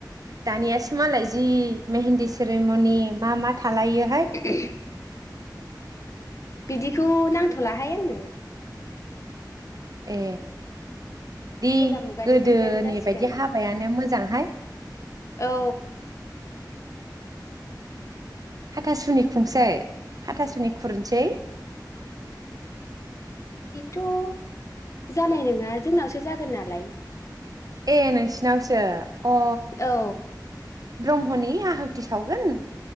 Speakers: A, on the right; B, on the left.
A: दानियासो मालाय जि मेहेन्दी सेरेमनि मा मा थालायो
B: <unintelligible> <inaudible> बिदिखौ नांथ'लाहाय आंनो
A: ए दि
B: गोजाम मुगानि
A: गोदोनि
B: बायदियानो जासिगोन
A: बायदि हाबायानो मोजांहाय।
B: औ
A: हाथासुनि खुंसै? हाथासुनि खुरनोसै?
B: थ' जानाय नङा जोंनावसो जागोन नालाय।
A: ए नों सिनावसो अ
B: औ
A: ब्रह्मनि आहुथि सावगोन